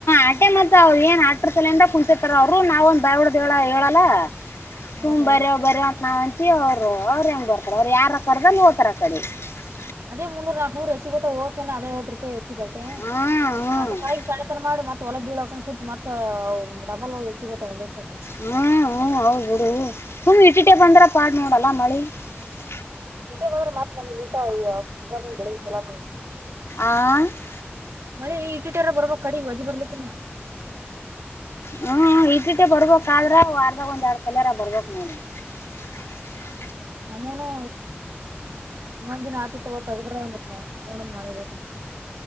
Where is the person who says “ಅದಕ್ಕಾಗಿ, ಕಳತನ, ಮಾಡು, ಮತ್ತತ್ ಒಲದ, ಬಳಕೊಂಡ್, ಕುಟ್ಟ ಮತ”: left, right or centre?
Right